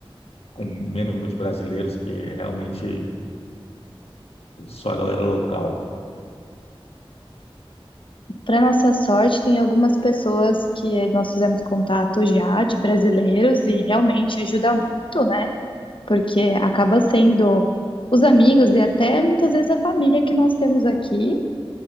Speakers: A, on the left (about 85°); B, on the left (about 60°).
A: com menos número de brasileiros que realmente só a galera local?
B: para nossa sorte, tem algumas pessoas que eh, nós fizemos contato já de brasileiros e realmente ajuda muito, né? Porque acaba sendo os amigos e até muitas vezes a família que nós temos aqui